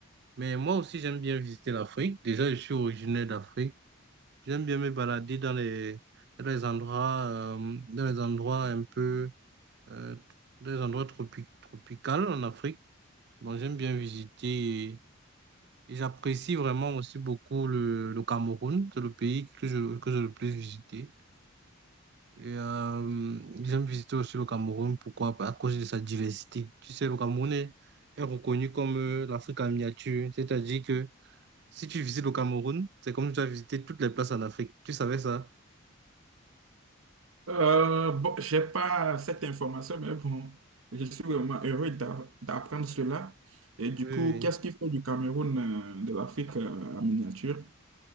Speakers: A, on the right; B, on the right.
A: Mais moi aussi, j'aime bien visiter l'Afrique. Déjà, je suis originaire d'Afrique. J'aime bien me balader dans les, dans les endroits, euh, dans les endroits un peu, euh, dans les endroits tropi- tropicaux en Afrique. Bon, j'aime bien visiter. Et j'apprécie vraiment aussi beaucoup le, le Cameroun. C'est le pays que je, que j'ai le plus visité. Et euh, j'aime visiter aussi le Cameroun. Pourquoi? À cause de sa diversité. Tu sais, le Cameroun est, est reconnu comme euh, l'Afrique en miniature. C'est-à-dire que si tu visites le Cameroun, c'est comme si tu as visité toutes les places en Afrique. Tu savais ça?
B: Euh, bon, j'ai pas cette information, mais bon, je suis vraiment heureux d'a- d'apprendre cela. Et du
A: Oui,
B: coup,
A: oui.
B: qu'est-ce qu'il faut du Cameroun, euh, de l'Afrique euh, en miniature?